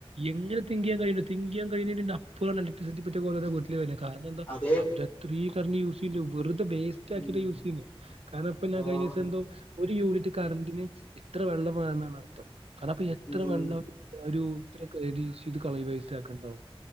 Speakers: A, on the right; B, on the left.
A: എങ്ങനെ തിങ്ക് ചെയാൻ കഴിയ തിങ്ക്ചെയാ കഴിയുന്നതിന്റെ അപ്പുറണല്ല <unintelligible> പോലെ വീട്ടില കാരണം എന്താ
B: അതെ
A: അവർ അത്രീ കറന്റ് യൂസ് ചെയ്യ്ണ്ട് വെറുത വേസ്റ്റ് സ്റ്റാക്കി
B: ഉം
A: യൂസ് ചെയ്യുന്നേ കാരണം ഇപ്പ ഞാ
B: ആഹ്
A: കിഞ്ഞ ദിവസം എന്തോ ഒരു യൂണിറ്റ് കറന്റിന് എത്ര വെള്ളം വേണ എന്നാണ് അർത്ഥം കാരണം അപ്പ എത്ര
B: ഉം
A: വെള്ളം ഒരു ഇത്രകന്റ് യൂസ് ചെയ്ത കളയു വേസ്റ്റ്ക്കുണ്ടാവും